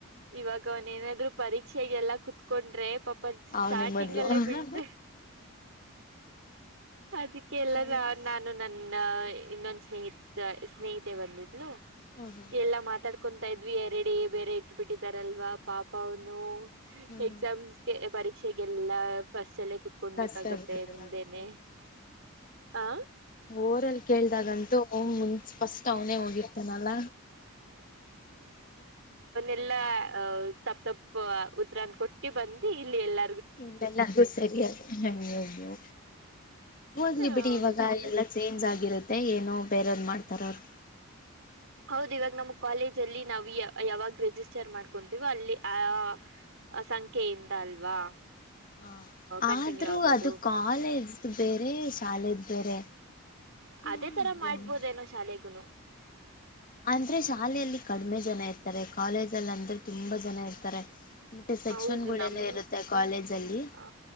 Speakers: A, on the right (about 60°); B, on the left (about 40°).
A: ಇವಾಗ ಅವನ್ ಏನಾದ್ರು ಪರೀಕ್ಷೆಗೆಲ್ಲ ಕುೂತ್ಕೊಂಡ್ರೆ ಪಾಪ ಸ್ಟಾರ್ಟಿಂಗ್
B: ಅವನೇ ಮೊದ್ಲು
A: ಅಲ್ಲೇ
B: ಅಲ್ವಾ
A: ಬೀಳ್ತ ಅದಕ್ಕೆಲ್ಲ
B: ಹ್ಮ್
A: ನಾನು ನನ್ನ ಇನ್ನೊಂದು ಸ್ನೇಹಿತ ಸ್ನೇಹಿತೆ ಬಂದಿದ್ಲು
B: ಹ್ಮ್
A: ಎಲ್ಲಾ ಮಾತಾಡ್ ಕೊತಾ ಇದ್ವಿ ಎರಡ ಬೇರೆ ಇಟ್ಬಿಟ್ಟಿದಾರಲ್ವಾ ಪಾಪ ಅವನು
B: ಹ್ಮ್
A: ಎಕ್ಸಾಮ್ಸ್ಗೆ
B: ಹ್ಮ್
A: ಪರೀಕ್ಷೆಗೆಲ್ಲ ಫಸ್ಟ್ಲೆ ಕುತ್ಕೊೊಂಡಬೇಕಾಗತ್ತೆ
B: ಕಷ್ಟ ಬೀಳ್ಬೇಕಾಗುತ್ತೆ
A: ಮುಂದೆನೆ ಹ
B: ೋರಲ್ಲಿ ಕೇಳ್ದಾಗಂತು ಒ್ ಮುಂ ಸ್ಪಷ್ಟ ಅವನೇ ಹೋಗಿರ್ತಾನಲ್ಲ
A: ಎಲ್ಲ ತಪ್ಪ ತಪ್ಪ ಉತ್ತರ ಕೊಟ್ಟಿ ಬಂದು ಇಲ್ಲಿ ಎಲ್ಲ
B: ಇಲ್ಲಲ್ಲ ಅದು ಸರಿಯಾಗಿಯ್ಯಯ್ಯೋ ಹೋಗಲಿ
A: ಹೌದಲ್ಲ
B: ಬಿಡಿ ಇವಾಗ ಎಲ್ಲಾ ಚೇಂಜ್ ಆಗಿರುತ್ತೆ ಏನುೋ ಬೇರಂದ್ ಮಾಡ್ತಾರ ಅವರು
A: ಹೌದು ಇವಾಗ ನಮ್ಮ್ ಕಾಲೇಜ ಅಲ್ಲಿ ನಾವು ಯಾವಾಗ ರೆಜಿಸ್ಟರ್ ಮಾಡ್ಕೊಂತೀವೋ ಅಲ್ಲಿ ಆ ಸಂಖ್ಯೆಯಿಂದ ಅಲ್ವಾ
B: ಹ
A: ಕಂಟಿನ್ಯೂ
B: ಆದ್ರೂ
A: ಆಗೋದು
B: ಅದು ಕಾಲೇಜ್ದ ಬೇರೆ ಶಾಲೆದ ಬೇರೆ
A: ಅದೇ
B: ನೋಡ್ಬೋದು
A: ತರ ಮಾಡ್ಬೋದೇನೋ ಶಾಲೆಗನು
B: ಅಂದ್ರೆ ಶಾಲೆಯಲ್ಲಿ ಕಡಿಮೆ ಜನ ಇರ್ತಾರೆ ಕಾಲೇಜ ಅಲ್ಲಿ ಅಂದ್ರೆ ತುಂಬಾ ಜನ ಇರ್ತಾರೆ ಮತ್ತೆ ಸೆಕ್ಷನ್
A: ಹೌದು
B: ಗಳೆಲ್ಲ
A: ನಮ್
B: ಇರುತ್ತೆ ಕಾಲೇಜ್ ಅಲ್ಲಿ
A: ಹ